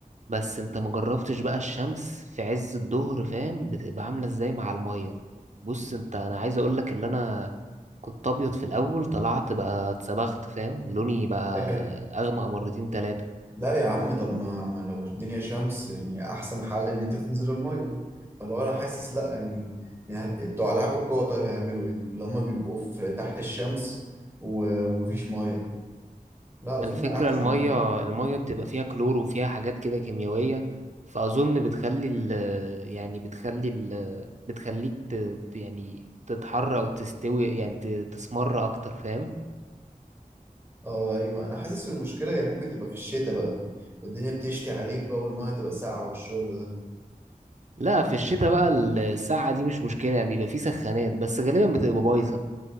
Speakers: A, on the right; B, on the right.
A: بس انت ما جربتش بقى الشمس في عز الظهر فاهم بتبقى عامله ازاي مع الميه بص انت انا عايز اقول لك اللي انا كنت ابيض في الاول طلعت بقى اتصبغت فاهم لوني بقى
B: <laughs>
A: اغمق مرتين تلاتة
B: لا يا عم طب ما, ما لو الدنيا شمس يعني احسن حل ان انت تنزل الميه فلو انا حاسس لا يعني, يعني هت- بتوع العاب القوه طيب هيعملوا ايه اللي هم بيبقوا في تحت الشمس و- ومفيش ميه لا
A: ما
B: اظن
A: الفكرة
B: احسن
A: المية المية بتبقى فيها كلور وفيها حاجات كده كيميائية فأظن بتخلي ال يعني بتخلي ال بتخليك ت ت- يعني تتحر أو تستوي يعني ت- تسمر أكتر فاهم؟
B: اه ايوه انا حاسس المشكله هي ممكن تبقى في الشتاء بقى والدنيا بتشتي عليك بقى والميه تبقى ساقعه والشغل ده
A: لا في الشتاء بقى الساعة دي مش مشكلة بيبقى فيه سخانات بس غالبا بتبقى بايظة